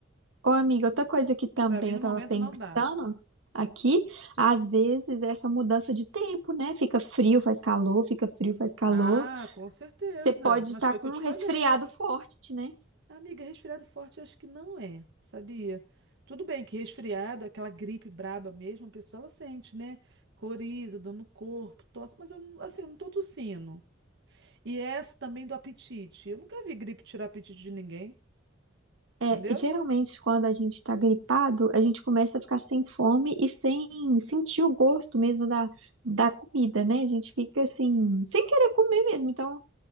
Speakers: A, on the right; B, on the right.
A: ô amiga, outra coisa que também
B: Pra mim, no
A: eu tava
B: momento,
A: pensando
B: não dá.
A: aqui, às vezes é essa mudança de tempo, né? Fica frio, faz calor, fica frio, faz calor.
B: Ah, com certeza.
A: Você pode
B: Mas
A: estar
B: foi
A: com
B: o que eu
A: um
B: te
A: resfriado
B: falei.
A: forte, né?
B: Amiga, resfriado forte acho que não é, sabia? Tudo bem que resfriado, aquela gripe braba mesmo, a pessoa ela sente, né? Coriza, dor no corpo, tosse, mas eu, não- assim, eu não tô tossindo. E essa também do apetite. Eu nunca vi gripe tirar apetite de ninguém,
A: É,
B: entendeu?
A: geralmente, quando a gente tá gripado, a gente começa a ficar sem fome e sem sentir o gosto mesmo da, da comida, né? A gente fica assim, sem querer comer mesmo. Então,